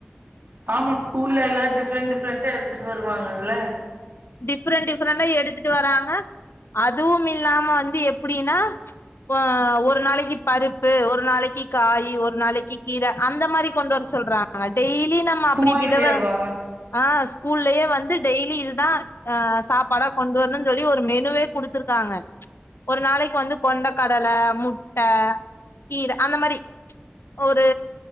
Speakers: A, on the right (about 55°); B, on the left (about 75°).
A: ஆமா ஸ்கூல்ல எல்லாரும் டிஃப்ரெண்ட் டிஃப்ரெண்டா எடுத்துட்டு வருவாங்கல்ல
B: டிஃப்ரெண்ட் டிஃப்ரெண்டா எடுத்துட்டு வராங்க அது அதுவும் இல்லாம வந்து எப் அப்புடின்னா ஹ ஒரு நாளக்கி பருப்பு ஒரு நாளக்கி காயி ஒரு நாளக்கி கீர அந்த மாரி கொண்டு வர சொல்றாங்க டெய்லி நம்ம
A: ஸ்கூல்லயேவா
B: அப்புடி விதவ ஆஹ் ஸ்கூல்லயே வந்து டெய்லி இதுதான் ஆ சாப்பாடா கொண்டு வரணுன்னு சொல்லி ஒரு மெ மெனுவே குடுத்துருங் த்தாங்க ஒரு நாளைக்கு வந்து கொண்ட கடல முட்ட கீர அந்த மாரி ஒரு